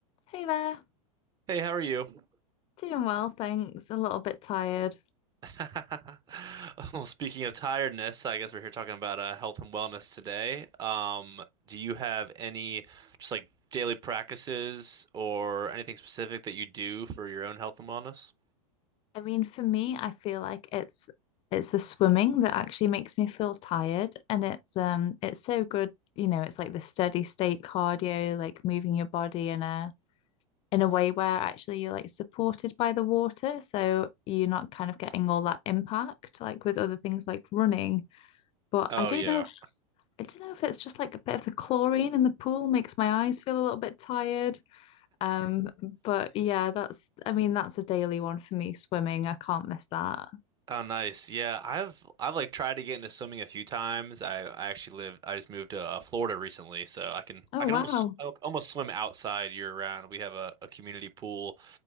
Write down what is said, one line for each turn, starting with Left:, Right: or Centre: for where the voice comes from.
Left: Hey there,
Right: Hey, how are you?
Left: doing well, thanks. A little bit tired.
Right: <laughs> Well, speaking of tiredness, I guess we're here talking about uh, health and wellness today. Um, do you have any just like daily practices or anything specific that you do for your own health and wellness?
Left: I mean, for me, I feel like it's it's the swimming that actually makes me feel tired, and it's um it's so good, you know, it's like the steady state cardio, like moving your body in a in a way where actually you're like supported by the water, so you're not kind of getting all that impact like with other things like running. But
Right: Oh
Left: I don't
Right: yeah.
Left: know if I don't know if it's just like a bit of the chlorine in the pool makes my eyes feel a little bit tired. Um, but yeah, that's, I mean, that's a daily one for me, swimming. I can't miss that.
Right: Oh nice. Yeah, I've I've like tried to get into swimming a few times. I, I actually live I just moved to uh, Florida recently, so I can
Left: Oh,
Right: I can
Left: wow.
Right: almost I almost swim outside year round. We have a, a community pool